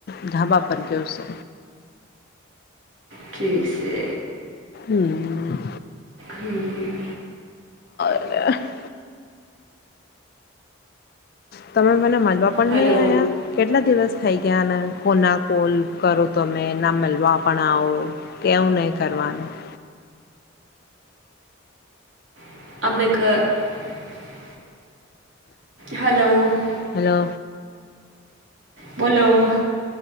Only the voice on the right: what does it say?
ઠીક છે.
હમ.
હલો
<unintelligible> હલો- -
બોલો?